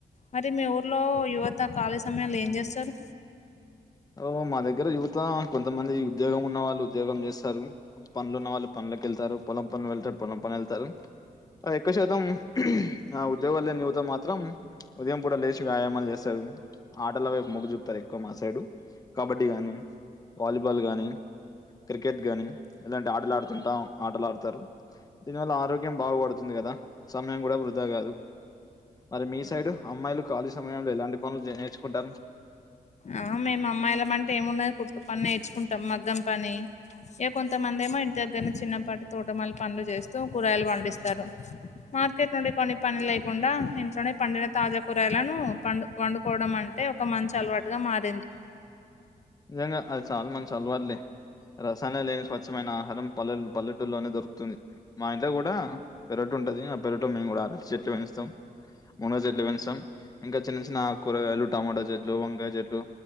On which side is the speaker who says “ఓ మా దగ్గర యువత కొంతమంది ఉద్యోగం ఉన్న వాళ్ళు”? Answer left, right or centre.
Left